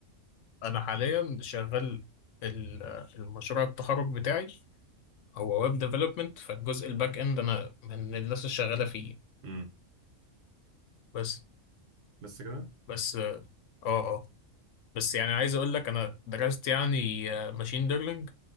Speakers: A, on the left; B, on the right.
A: انا حاليا شغال ال- المشروع التخرج بتاعي هو ويب ديفلوبمنت فالجزء الباك اند انا من الناس الشغاله فيه
B: امم
A: بس
B: بس كده
A: بس اه اه بس يعني عايز اقول لك انا درست يعني ماشين ليرنينج